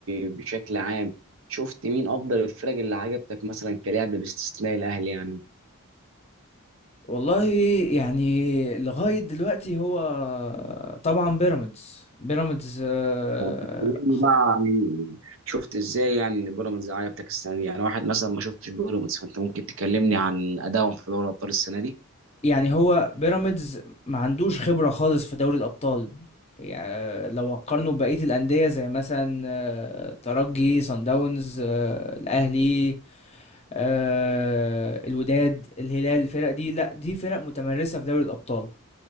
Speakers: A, on the right; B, on the left.
A: بشكل عام شفت مين أفضل الفرق اللي عجبتك مثلا كلاعب باستثناء الأهلي يعني
B: والله يعني لغايه دلوقتي هو طبعا بيراميدز بيراميدز آه،
A: تكلمني
B: خ-
A: بقى عن شفت إزاي يعني إن بيراميدز عجبتك السنة دي يعني واحد مثلا ما شفتش بيراميدز فأنت ممكن تكلمني عن أدائهم في دوري الأبطال السنة دي
B: يعني هو بيراميدز ما عندوش خبره خالص في دوري الابطال يعني لو هقارنه ببقيه الانديه زي مثلا آه، ترجي صن داونز آه، الاهلي آه، الوداد الهلال الفرق دي لا دي فرق متمرسه في دوري الابطال